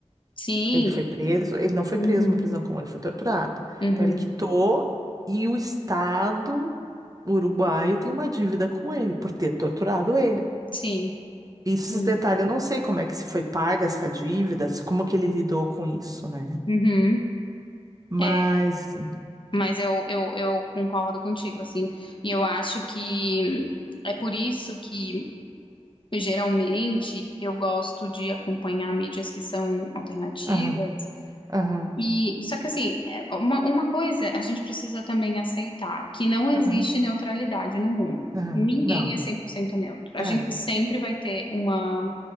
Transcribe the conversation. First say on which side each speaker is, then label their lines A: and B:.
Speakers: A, on the left; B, on the right.
A: Sim,
B: Ele foi preso, ele não foi
A: uhum,
B: preso numa prisão comum, ele foi torturado.
A: uhum,
B: Então ele quitou e o Estado uruguaio tem uma dívida com ele por ter torturado ele.
A: sim,
B: Isso,
A: sim,
B: Esses detalhes eu não sei como é que se foi paga essa dívida, se- como que ele lidou com isso, né?
A: uhum.
B: Mas.
A: É. Mas eu, eu, eu concordo contigo, assim, e eu acho que é por isso que geralmente eu gosto de acompanhar mídias que são alternativas.
B: Aham, aham,
A: E só que assim, é uma, uma coisa a gente precisa também aceitar, que não existe
B: aham,
A: neutralidade no mundo.
B: aham.
A: Ninguém
B: Não,
A: é 100% neutro. A
B: é.
A: gente sempre vai ter uma,